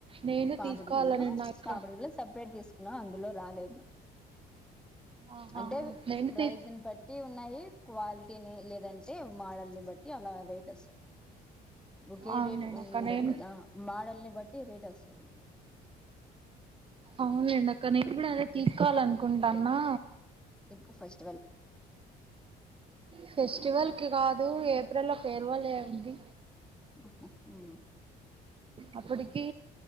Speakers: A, on the right (about 30°); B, in the centre.
A: నేను
B: పాపిడి
A: తీసుకోవాలని
B: బిల్ల
A: ఉన్నా అక్క
B: పాపీడి బిల్ల సపరేట్ తీసుకున్నా అందులో రాలేదు.
A: ఆహా
B: అంటే
A: నేను
B: ప్రైజ్ని
A: తీ
B: బట్టి ఉన్నాయి. క్వాలిటీని లేదన్ ంటే మాడల్ని బట్టి అలా రేట్ వస్తాయి ఒకే
A: అవునులేనక్క
B: రేట్ ఉండవు
A: నేను
B: కదా మాడల్ని బట్టి టీ రేట్ వస్తుంది.
A: అవునలేండి అక్క నేనుకూడా అదే తీసుకోవాల అనుకుంటాన్నా
B: ఇప్పుడు ఫేస్ట్
A: ఫెస్టివల్కి కాదు. దు ఏప్రిల్ లో ఫేర్వెల్ డే ఉంది
B: ఉ హు
A: అప్పటికి